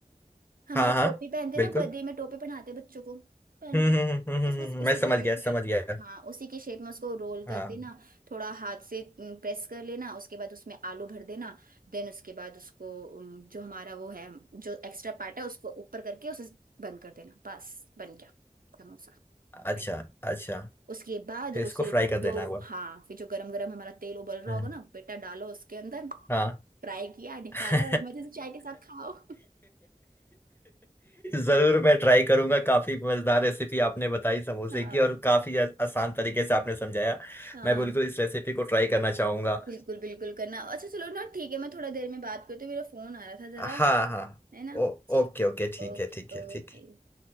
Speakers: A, on the right; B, on the left.
A: हम
B: हाँ
A: और टोपी
B: हाँ
A: पहनते हैं
B: बिल्कुल
A: ना बर्थडे में टोपी पहनाते हैं बच्चों को पहन
B: हम्म
A: लो बेटा
B: हम्म हम्म हम्म,
A: बस
B: हम्म,
A: बस
B: हम्म,
A: उसी
B: मैं
A: की
B: समझ
A: शेप
B: गया
A: में
B: समझ गया
A: हाँ उसी की शेप में उसको रोल कर
B: हाँ
A: देना थोड़ा हाथ से प्रेस कर लेना उसके बाद उसमें आलू भर देना देन उसके बाद उसको उम, जो हमारा वो है जो एक्स्ट्रा पार्ट है उसको ऊपर करके उसे बंद कर देना बस बन गया समोसा
B: अच्छा
A: Thank you.
B: अच्छा
A: उसके बाद
B: फिर
A: उसे
B: इसको फ्राई कर
A: जो
B: देना हुआ
A: हाँ फिर जो गरम गरम हमारा तेल उबल रहा
B: हम्म।
A: होगा ना बेटा डालो उसके अंदर
B: हाँ
A: फ्राई किया निकालो
B: <laughs>
A: और मजे से चाय के साथ खाओ <laughs>
B: जरूर मैं ट्राई करूंगा काफी मजेदार रेसिपी आपने बताई समोसे
A: हाँ
B: की और काफी आ- आसान तरीके से आपने समझाया
A: हाँ
B: मैं बिल्कुल इस रेसिपी को ट्राई करना चाहूंगा
A: बिल्कुल बिल्कुल करना अच्छा चलो ना ठीक है मैं थोड़ा देर में बात करती हूँ मेरा फोन आ रहा था जरा
B: हाँ हाँ
A: है ना
B: ओ
A: जी
B: ओके ओके ठीक
A: Okay
B: है ठीक है
A: okay
B: ठीक है